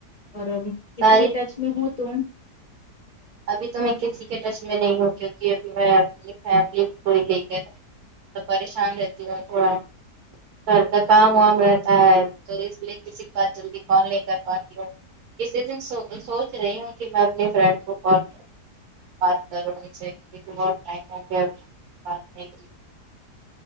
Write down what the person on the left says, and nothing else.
اور کسی
کے ٹچ میں ہو تم